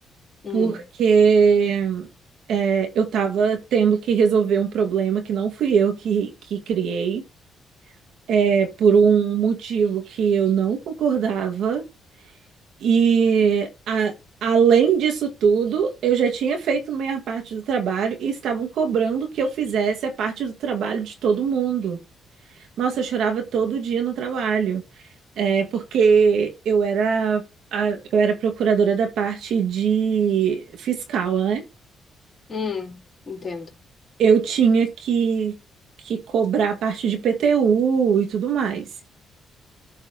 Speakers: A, on the left; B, on the right.
A: hum,
B: porque é, eu estava tendo que resolver um problema que não fui eu que, que criei. é, por um motivo que eu não concordava, e a- além disso tudo, eu já tinha feito minha parte do trabalho e estavam cobrando que eu fizesse a parte do trabalho de todo mundo. Nossa, eu chorava todo dia no trabalho, é, porque eu era, a- eu era procuradora da parte de fiscal, né?
A: hum, entendo.
B: Eu tinha que, que cobrar a parte de PTU e tudo mais.